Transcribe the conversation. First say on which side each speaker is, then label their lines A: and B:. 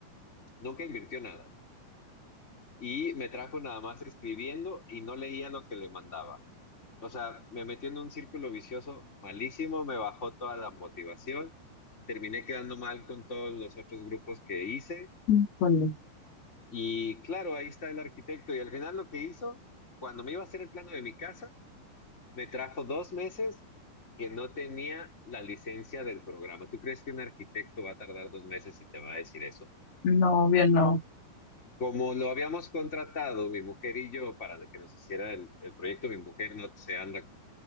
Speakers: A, on the left; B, on the left.
A: nunca invirtió nada y me trajo nada más escribiendo y no leía lo que le mandaba. o sea, me metió en un círculo vicioso malísimo, me bajó toda la motivación, terminé quedando mal con todos los otros grupos que hice
B: Híjole.
A: y claro, ahí está el arquitecto y al final lo que hizo, cuando me iba a hacer el plano de mi casa, me trajo dos meses que no tenía la licencia del programa. ¿Tú crees que un arquitecto va a tardar dos meses y te va a decir eso?
B: No, obvio, no.
A: Como lo habíamos contratado, mi mujer y yo, para que nos hiciera el, el proyecto, mi mujer no se anda